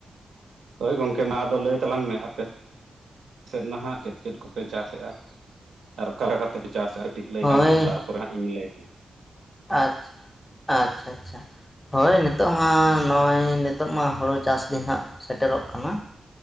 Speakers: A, on the right; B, on the left.
A: ᱦᱳᱭ ᱜᱚᱢᱠᱮ ᱢᱟ ᱟᱫᱚ ᱞᱟᱹᱭ ᱛᱟᱞᱟᱝ ᱢᱮ ᱟᱯᱮ? ᱟᱯ ᱥᱮᱫ ᱱᱟᱦᱟᱜ ᱪᱮᱫ ᱪᱮᱫ ᱠᱚᱯᱮ ᱪᱟᱥᱮᱫᱼᱟ ᱟᱨ ᱚᱠᱟ ᱞᱮᱠᱟᱛᱮᱯᱮ ᱪᱟᱥᱮᱫᱼᱟ? ᱠᱟᱹᱴᱤᱡ ᱞᱟᱹᱭ
B: ᱦᱳᱭ
A: ᱞᱟᱝ ᱢᱮ ᱛᱟᱨᱯᱚᱨᱮ ᱦᱟᱸᱜ ᱤᱧ ᱞᱟᱹᱭᱮᱫᱟ ᱾
B: ᱟᱪᱷ ᱟᱪᱷᱟ ᱟᱪᱷᱟ ᱾ ᱦᱳᱭ ᱱᱤᱛᱚᱜ ᱦᱜ ᱱᱚᱜᱼᱚᱭ ᱱᱤᱛᱚᱜ ᱢᱟ ᱦᱩᱲᱩ ᱪᱟᱥ ᱫᱤᱱ ᱦᱟᱸᱜ ᱥᱮᱴᱮᱨᱚᱜ ᱠᱟᱱᱟ ᱾